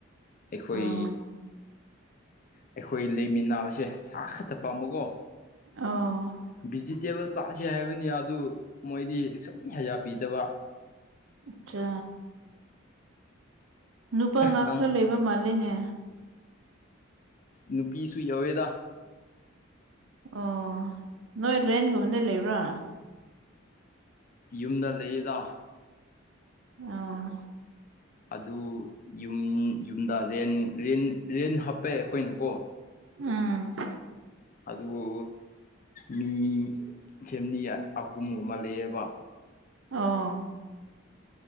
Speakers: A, on the left; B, on the right.
A: ꯑꯩꯈꯣꯏ
B: ꯑꯣ
A: ꯑꯩꯈꯣꯏ ꯂꯩꯃꯤꯟꯅꯕꯁꯦ ꯁꯥ ꯈꯛꯇ ꯄꯥꯝꯕꯀꯣ
B: ꯑꯣ
A: ꯚꯤꯖꯤꯇꯦꯕꯜ ꯆꯥꯥꯁꯦ ꯍꯥꯏꯕꯅꯤ ꯑꯗꯨ ꯃꯣꯏꯗꯤ ꯁꯨꯡꯌꯥ ꯌꯥꯕꯤꯗꯕ
B: ꯑꯠꯆꯥ ꯅꯨꯄꯥ ꯉꯥꯛꯇ
A: ꯅꯪ
B: ꯂꯩꯕ ꯃꯥꯜꯂꯦꯅꯦ
A: ꯅꯨꯄꯤꯁꯨ ꯌꯧꯋꯦꯗ
B: ꯑꯣ ꯅꯣꯏ ꯔꯦꯟꯒꯨꯝꯕꯗ ꯂꯩꯕ꯭ꯔꯥ
A: ꯌꯨꯝꯗ ꯂꯩꯌꯦꯗ
B: ꯑ
A: ꯑꯗꯨ ꯌꯨꯝ ꯌꯨꯝꯗ ꯔꯦꯟ ꯔꯦꯟ ꯔꯦꯟ ꯍꯥꯞꯄꯦ ꯑꯩꯈꯣꯏꯅꯀꯣ
B: ꯎꯝ
A: ꯑꯗꯨꯕꯨ ꯃꯤ ꯐꯦꯃꯤꯂꯤ ꯑꯍꯨꯝꯒꯨꯝꯕ ꯂꯩꯌꯦꯕ
B: ꯑꯣ